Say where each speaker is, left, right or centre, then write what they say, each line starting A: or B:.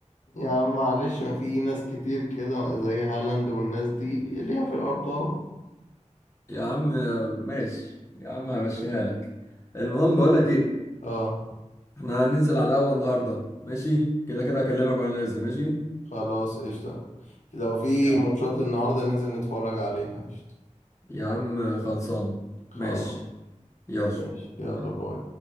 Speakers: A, on the left; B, on the left.
A: يا عم معلش ما في ناس كتير كده زي هالاند والناس دي ليها في الأرقام
B: يا عم آه، ماشي يا عم همشيها لك المهم بقول لك ايه
A: اه
B: احنا هننزل على القهوه النهارده ماشي كده كده اكلمك وانا نازل ماشي
A: خلاص قشطة لو في
B: يا عم
A: ماتشات النهاردة ننزل نتفرج عليها قشطة
B: يا عم خلصانة
A: خلاص
B: ماشي يلا
A: ماشي يلا
B: باي.
A: باي